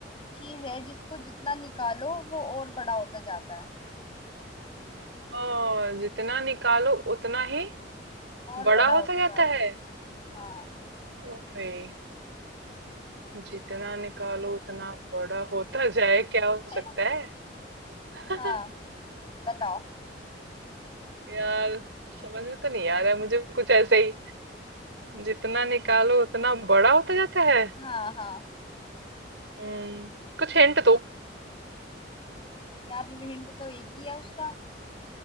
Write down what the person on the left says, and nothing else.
चीज है जिसको जितना निकालो वो और बड़ा होता जाता है
और
बड़ा होता
जाता
है हाँ
<laughs>
हाँ बताओ
हाँ हाँ
यार हिंट तो एक ही है उसका